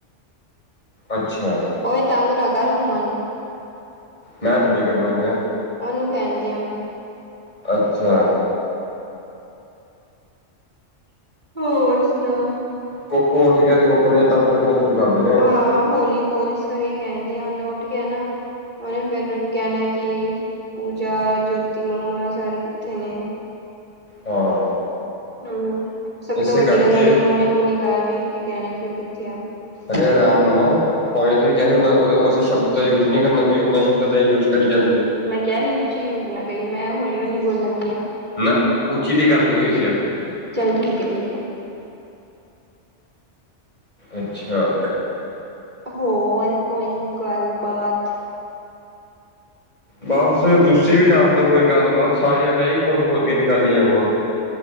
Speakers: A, on the left; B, on the right.
A: ਅੱਛਾ।
B: ਓਏ ਤੰਗ ਨਾ ਕਰ ਮੰਮਾ ਨੂੰ।
A: ਮੈਂ ਥੋੜੀ ਕਰਨਾ ਪਿਆ
B: ਉਹਨੂੰ ਕਹਿੰਦੀ ਆ ਮੈਂ।
A: ਅੱਛਾ
B: ਹੋਰ ਸੁਨਾਉਂ।
A: ਕੋਕੋ ਉੱਠ ਗਿਆ ਤੇ ਕੋਕੋ ਨੇ ਤੰਗੇ ਕਰਨੇ ਸ਼ੁਰੂ ਕਰ ਦੇਨੇ
B: ਹਾਂ, ਹੋਲੀ ਬੋਲ। ਤਦੇ ਕੈਦੀ ਆ ਉਹਨੂੰ ਉੱਠ ਗਿਆ ਨਾ ਉਹਨੇ ਫੇਰ ਕਹਿਣਾ ਕਿ ਪੂਜਾ, ਜੋਤੀ ਮੰਮਾ ਸਾਰੇ ਕਿੱਥੇ ਨੇ।
A: ਹਾਂ
B: ਹਮ, ਸਭ
A: ਇਸੇ
B: ਤੋਂ ਵੱਡੀ
A: ਕਰਕੇ
B: ਗੱਲ ਉਹਨੇ ਮੋਨੀ ਮੋਨੀਕਾਰ ਵੇਖ ਕੇ ਕਹਿਣਾ ਕਿ ਉਹ ਕਿੱਥੇ ਆ।
A: ਅਰੇ ਅਰਾਮ ਨਾ। ਹੂਣੇ ਤੁਸੀਂ ਕਿਹਾ ਹੁੰਦਾ ਉਸ ਸ਼ਬਦ ਦਾ ਯੂਜ ਨਹੀਂ ਕਰਨਾ, ਤੁਸੀਂ ਉਹਨਾਂ ਸ਼ਬਦਾਂ ਦਾ ਹੀ ਯੂਜ ਕਰੀ ਜਾਂਦੇਔ।
B: ਮੈਂ ਕਿਹਾ ਸੀ, ਉੱਚੀ ਨਾ ਕਰੀਂ, ਮੈਂ ਹੌਲੀ-ਹੌਲੀ ਬੋਲ ਦੀਆ।
A: ਨਾ, ਉੱਚੀ ਦੀ ਗੱਲ ਨਹੀਂ ਹੋਈ ਸੀ ਆਪਣੀ।
B: ਚੱਲ, ਠੀਕ ਐ ਠੀਕ ਐ
A: ਅੱਛਾ,
B: ਹੋਰ ਕੋਈ ਗੱਲ ਬਾਤ।
A: ਬਸ ਤੁਸੀਂ ਵੀ ਦੱਸ ਦੋ ਕੋਈ ਗੱਲਬਾਤ, ਸਾਰੀਆਂ ਮੈਂ ਈ ਖੋਦ-ਖੋਦ ਕੇ ਨਿਕਾਲੀ ਜਾਵਾਂ ਹੁਣ।